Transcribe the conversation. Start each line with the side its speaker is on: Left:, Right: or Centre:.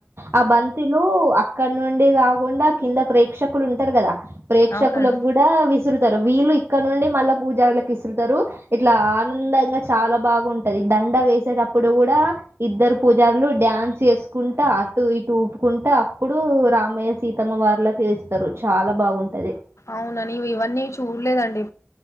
Right: ఆ బంతిలు, అక్కడ నుండి గాకుండా ఆ కిందక్ ప్రేక్షకులు ఉంటారు గాదా. ప్రేక్షకులకు
Left: అవునండి
Right: గూడా విసురుతర్. వీళ్ళు ఇక్కడ నుండి. మళ్ళా పూజలకు ఇసురుతారు ఇట్లా ఆనందంగా చాలా బాగుంటది. దన్ డా వేసేటప్పుడు గూడా. ఇద్దరు పూజారులు డ్యాన్స్ చేస్ సుకుంటా. అటు ఇటు ఊపుకుంటా, అప్పుడు రామయ్య, సీతమ్మ వార్లాకు ఏస్తారు. చాలా బాగుంటది.
Left: అవునా నీవు ఇవన్నీ చూడ్లేదండి.